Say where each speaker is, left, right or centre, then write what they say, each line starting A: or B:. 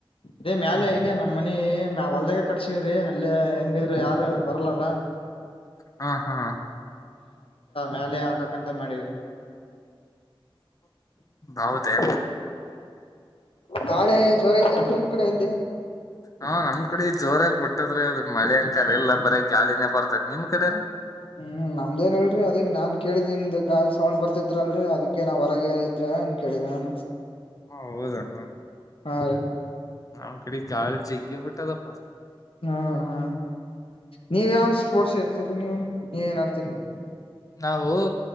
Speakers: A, on the left; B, on the left.
A: ಇದೇ ಮ್ಯಾಲ
B: ಹ್ಮ್
A: ಇಲ್ಲಿ ನಮ್ಮ ಮನಿ ಮ ಹೊಲ್ದಾಗ ಕಟ್ಸ್ರಿ ಅಲ್ಲ ಹೆಂಗ ಯಾರು ಬರಲಲ್ಲ
B: ಹಾ ಹಾ
A: ಮೇಲೆ ಹಾಕಕ್ಕ <unintelligible>
B: ಹೌದೇ
A: ಗಾಳೆ ಜ್ವರ ಐತೆತ್ ನಿಮ್ ಕಡೆ ಅಲ್ಲಿ
B: ಹಾ ನಮ್ ಕಡೆ ಜೋರಾಗ ಬಿಟ್ಟದ್ರೆ ಅದು ಮಳೆ ಅಂಕಾರ ಎಲ್ಲ ಬರ ಗಾಳಿನೇ ಬರ್ತ ನಿಮ್ ಕಡೆ ರೀ
A: ಹ್ಮ್ ನಮ್ದೇನ್ಲ್ರರಿ ಅದಿ ನಾನ್ ಕೇಳಿದ್ ನಿಮ್ದ್ ಗೇಲ್ ಸವಣ್ ಬರ್ತಿದ್ರಲ್ರರಿ ಅದಿಕ್ಕೆ ನಾವ್ ಹೊರಗೆೇ ಇದ್ರ ಏನ ಕೇಳಿದ ಅವನು
B: ಹೌದಣ
A: ಹಾ ರಿ
B: ನಮ್ ಕಡೆ ಗೇಲ್ ಜಗ್ ಬಿಟ್ಟದಪ್ಪ
A: ಹಾ ಹಾ ನೀವ ಯಾವ ಸ್ಪೋರ್ಟ್ಸ್ ಹೇಳ್ತೀರಿ ನೀವು ನೀವ ಏನ್ ಆಡ್ತೀರಿ
B: ನಾವವು